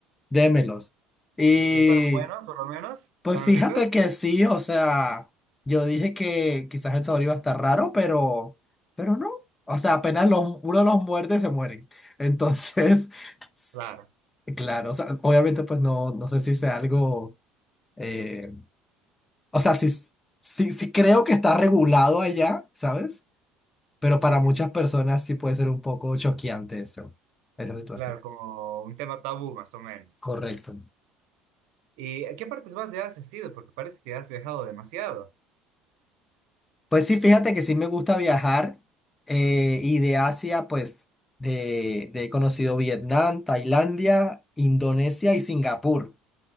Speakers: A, on the left; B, on the right.
A: démelos. Y
B: ¿Y, y estaban buenos, por lo menos?
A: pues
B: ¿Estaban
A: fíjate
B: ricos?
A: que sí, o sea, yo dije que quizás el sabor iba a estar raro, pero, pero no. O sea, apenas los- uno los muerde, se mueren. Entonces. <laughs>
B: Claro,
A: Claro, o sea, obviamente pues no, no sé si sea algo, eh, o sea, sí, sí, sí creo que está regulado allá, ¿sabes? Pero
B: sí,
A: para
B: sí,
A: muchas
B: sí,
A: personas
B: sí,
A: sí puede ser un poco choqueante eso, esa situación.
B: claro, como un tema tabú, más o menos.
A: Correcto.
B: ¿Y a qué partes más de Asia has ido? Porque parece que has viajado demasiado.
A: Pues sí, fíjate que sí me gusta viajar eh, y de Asia pues de, de- he conocido Vietnam, Tailandia, Indonesia y Singapur.